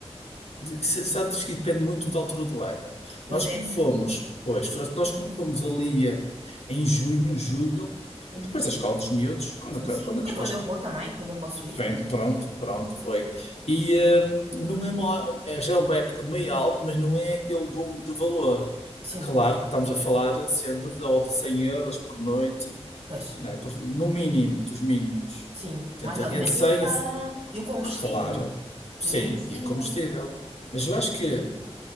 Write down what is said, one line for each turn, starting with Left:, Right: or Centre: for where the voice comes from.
Left: de- se- Sabes que depende muito da altura do ano.
Right: Pois
Left: Nós
Right: é.
Left: como fomos, pois, nós nós como fomos ali eh, em junho, julho,
Right: Uhum.
Left: depois da escola dos miúdos, quando,
Right: Sim,
Left: aca-
Right: sim.
Left: quando acabou
Right: É quando
Left: a escola.
Right: eu vou também, quando eu posso ir.
Left: Bem, pronto, pronto, foi. E hum, não é uma, é já é uma época meio alta, mas não é aquele boom de valor.
Right: Sim,
Left: Claro que estamos a falar sempre de volta de 100 euros por noite,
Right: pois,
Left: né? Por- no mínimo, dos mínimos.
Right: sim.
Left: Entre,
Right: Mais alimentação
Left: entre 100 e...
Right: e o combustível.
Left: Claro, sim,
Right: E o combustível.
Left: e o combustível. Mas eu acho que